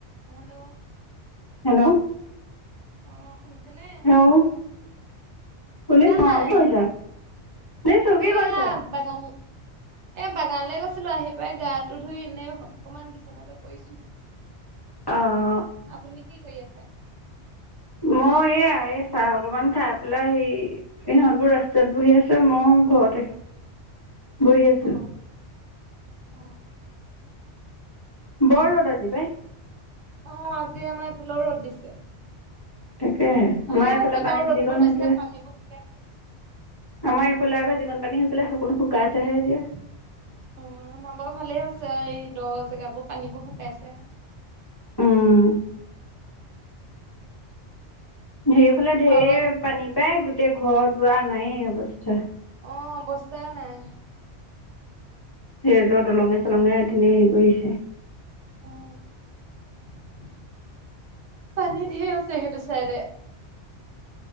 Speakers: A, on the right; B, on the left.
A: Hello.
B: Hello.
A: অ', শুনিছে নে?
B: শুনিছোঁ কি
A: নাই?
B: কৰিছা শুনিছোঁ কি
A: এয়া
B: কৰিছা?
A: বাগান এ বাগানলে গৈছিলো আহি পই গাটো ধুই এনেই অকমান বিছনাতে পৰিছো।
B: অ'।
A: আপুনি কি কৰি আছে?
B: মই এইয়া এই চাহ অকমান খাই পেলাই হেৰি সিহঁতবোৰ ৰাস্তাত বহি আছে মোৰ ঘৰতে। বহি আছিলো।
A: অ অ
B: বৰ ৰ'দ আজি পাই।
A: অ', আজি আমাৰ এইফালেও ৰ'দ দিছে।
B: তাকেহে আমাৰ
A: ভালে
B: এইফালে
A: হৈছে
B: পানী
A: বাৰু ৰ'দবোৰ
B: যিকণ হৈছিলে
A: দিছে পানীবোৰ শুকাইছে।
B: আমাৰ এইফালে আকৌ যিকণ পানী হৈছিলে সোনো শুকাইছেহে এতিয়া।
A: অ', আমাৰ বাৰু ভালে হৈছে এই দ জেগাবোৰ পানীবোৰ শুকাইছে।
B: উম। হেৰিয়ফালে ঢেৰ
A: খোৱা বোৱা
B: পানী পায় গোটেই ঘৰ দুৱাৰ নাই অৱস্থা।
A: অ', অৱস্থাই নাই।
B: ৰে'লৰ দলঙে
A: কি
B: চলঙে
A: পানী
B: তেনে হেৰি কৰিছে।
A: অ', পানী ঢেৰ আ হৈছে সেইটো চাইডে।